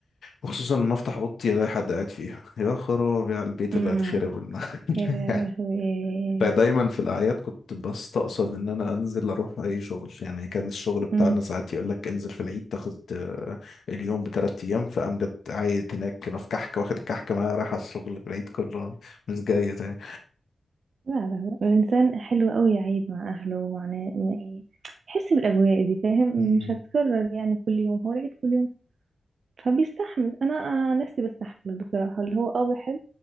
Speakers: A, on the left; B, on the right.
A: وخصوصا لما افتح اوضتي الاقي حد قاعد فيها يا خرابي على البيت
B: امم
A: اللي هيتخرب منها
B: يا
A: <laughs>
B: لهوي
A: فدايما في الاعياد كنت بستقصد ان انا انزل اروح اي شغل يعني كان الشغل بتاعنا
B: امم
A: ساعات يقول لك انزل في العيد تاخد آه، اليوم بثلاث ايام فامجد عايد هناك كده في كحك واخد الكحك معاه رايح على الشغل في العيد كله مش جاي تاني
B: لا لا لا الإنسان حلو قوي يعيد مع أهله ومع نا- مع إيه يحس بالأجواء دي فاهم
A: مم.
B: مش هتكرر يعني كل يوم هو العيد كل يوم فبيستحمل أنا أنا عن نفسي بستحمل بصراحة اللي هو أه بحب